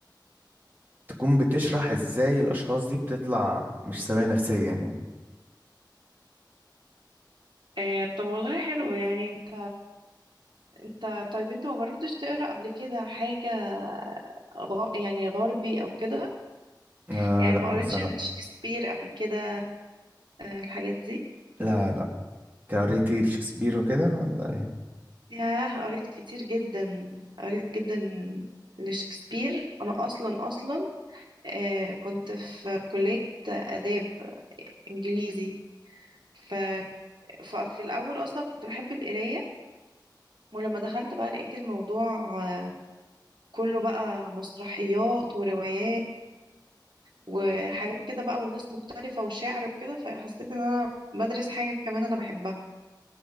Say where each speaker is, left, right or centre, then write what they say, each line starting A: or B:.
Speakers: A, on the right; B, on the right.
A: تكون بتشرح إزاي الأشخاص دي بتطلع مش سوية نفسيا يعني
B: آه طب والله حلو يعني انت انت طيب انت ما جربتش تقرا قبل كده حاجة غ- يعني غربي او كده
A: آه
B: يعني
A: لا
B: ما قريتش
A: بصراحة
B: شكسبير قبل كده آه، الحاجات دي
A: لا لا قريتي شكسبير وكده ولا إيه؟
B: ياه قريت كتير جدا قريت جدا لشكسبير انا اصلا اصلا آه، كنت في كلية آداب انجليزي ف... ففي الاول اصلا كنت بحب القراية ولما دخلت بقى لقيت الموضوع آه، كله بقى مسرحيات وروايات وحاجات كده بقى والناس مختلفة وشعر وكده فحسيت ان انا بدرس حاجة كمان انا بحبها